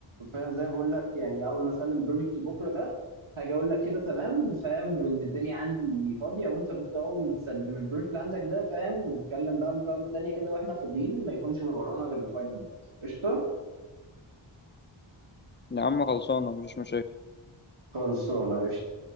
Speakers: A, on the right (about 85°); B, on the left (about 25°).
A: فاهم زي ما بقول لك يعني اول ما اسلم بروجكتي بكره ده هاجي اقول لك كده تمام فاهم وان الدنيا عندي فاضيه وانت برضو اول ما تسلم البروجكت اللي عندك ده فاهم نتكلم بقى مكالمه تانيه كده واحنا فاضيين ما يكونش غير ورانا غير الفاينل بس قشطه
B: يا عم خلصانه مفيش مشاكل
A: خلصانه قشطه